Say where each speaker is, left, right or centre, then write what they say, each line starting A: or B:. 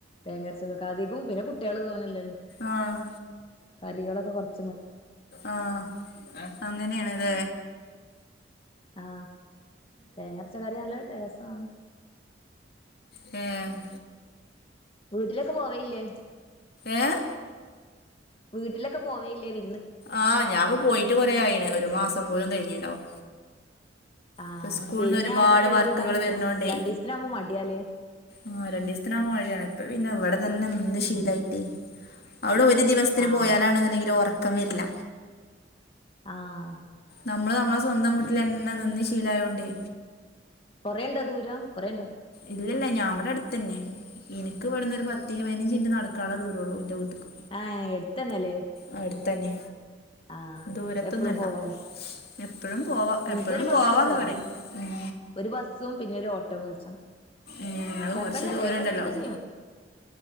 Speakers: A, on the left (about 30°); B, on the left (about 60°).
A: തേങ്ങരച്ചതക്കെ അധികും പിന്നെ കുട്ട്യാള് തോനെല്ലല്ലോ
B: ആഹ്
A: കറികളൊക്കെ കൊർച്ച്
B: ആഹ് അങ്ങനേണ്ലെ
A: ആഹ് തേങ്ങരച്ചകറി നല്ല രസാണ്
B: ഏഹ്
A: വീട്ട്ലൊക്കെ പോവേല്ലേ?
B: ഏഹ്
A: വീട്ട്ലൊക്കെ പോവലില്ലെ വി
B: ആഹ് ഞാപ്പോ പോയിട്ട് കൊറേ ആയിണ് ഒര്മാസം പോലും കഴിഞ്ഞീണ്ടാവും.
A: ആഹ്
B: ഇപ്പ സ്കൂൾന്ന്
A: ശനിം
B: ഒരുപാട്
A: ഞായറൊക്കെ ഒഴിവുണ്ടാവുമ്പോ
B: വർക്ക്കൾ വര്ന്നോണ്ടേ
A: രണ്ടീസത്തിനാവുമ്പോ മടിയാലേ
B: ആഹ് രണ്ടീസ്ത്തിന് വുമ്പംമടിയാണ് ഇപ്പ പിന്നെ ഇവടെ തന്നെ നിന്ന് ശീലായിട്ടേ
A: ആഹ്
B: അവടെ ഒര് ദിവസത്തിന്
A: ആഹ്
B: പോയാലാണ്ന്ന്ണ്ടെങ്കിൽ ഒറക്കം വെര്ല്ല
A: ആഹ്
B: നമ്മള് നമ്മളെ സ്വന്തം വീട്ട്ലെന്നെ നിന്ന് ശീലായോണ്ടേ
A: കൊറേണ്ടോ ദൂരം കൊറേണ്ടോ?
B: ഇല്ലല്ല ഞാം വടെ അട്ത്തന്നെ എനിക്ക് ഇവിടന്ന്ഒരു പത്തി പതിനഞ്ചിറ്റ് നടക്കാള്ളദൂരള്ളൂ എന്റെ വീട്ട്ക്ക്
A: ആഹ എടുത്തന്നല്ലേ
B: അ എടുത്തന്നെ
A: ആഹ്
B: ദൂരത്തൊന്നല്ല
A: എപ്പളും പോവാലോ
B: എപ്പോഴും പോവാ
A: ഇൻക്കൊരു
B: എപ്പോഴും
A: ബസ്സ്
B: പോവാന്ന്
A: കേറണം
B: പറയും ഉം
A: ഒരു ബസ്സും പിന്നെ ഒരു ഓട്ടോവും വിളിച്ചണം
B: ഏഹ് അത്
A: കൊഴപ്പല്ല
B: കൊറച്ച് ദൂരണ്ടല്ലോ
A: വേഗത്തക്ക ചെയ്യും